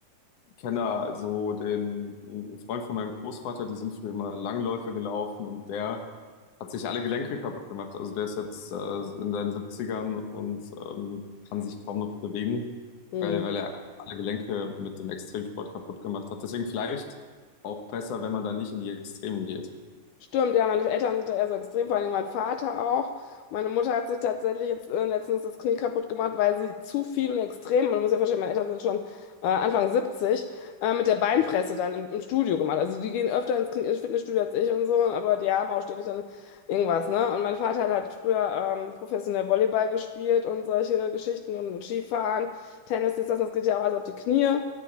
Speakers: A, on the left; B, on the left.
A: kenne da so den einen Freund von meinem Großvater, die sind früher immer Langläufe gelaufen und der hat sich alle Gelenke kaputt gemacht. Also der ist jetzt äh, in seinen Siebzigern und ähm, kann sich kaum noch bewegen,
B: hm.
A: weil, weil er einfach alle Gelenke mit dem Extremsport kaputt gemacht hat. Deswegen vielleicht auch besser, wenn man da nicht in die Extremen geht.
B: Stimmt, ja, meine Eltern sind da eher so extrem, vor allem mein Vater auch. Meine Mutter hat sich tatsächlich jetzt äh, letztens das Knie kaputt gemacht, weil sie zu viel und extrem, man muss ja verstehen, meine Eltern sind schon äh, Anfang 70, äh, mit der Beinpresse dann im, im Studio gemacht. Also die gehen öfter ins Knie- ins Fitnessstudio als ich und so, aber die haben auch ständig dann irgendwas, ne? Und mein Vater hat halt früher ähm, professionell Volleyball gespielt und solche Geschichten und Skifahren, Tennis, dies, das, und das geht ja auch alles auf die Knie. Ja,